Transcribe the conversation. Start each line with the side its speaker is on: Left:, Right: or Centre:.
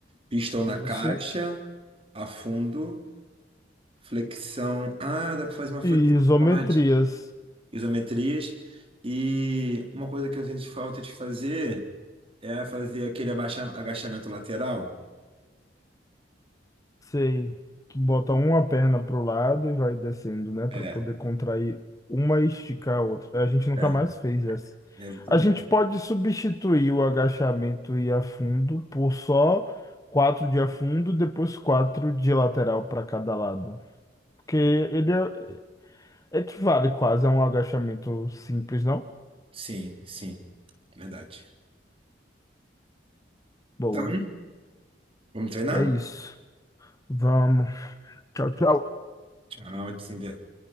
Right: pistão na
Left: Isso.
Right: caixa afundo Flexão. Ah, dá para fazer uma flexão
Left: E isometrias.
Right: pode isometrias. E uma coisa que eu sinto falta de fazer é fazer aquele abaixa- agachamento lateral.
Left: Sei. Tu bota uma perna pro lado e vai descendo, né?
Right: É,
Left: Pra poder contrair uma e esticar a outra. A gente nunca
Right: é,
Left: mais fez essa.
Right: exatamente.
Left: A gente pode substituir o agachamento e afundo por só quatro de afundo, depois quatro de lateral para cada lado. Porque ele é- equivale quase a um agachamento simples, não?
Right: Sim, sim. Verdade.
Left: Boa.
Right: Então, vamos treinar?
Left: É isso. Vamos. Tchau, tchau.
Right: Tchau, Tinder.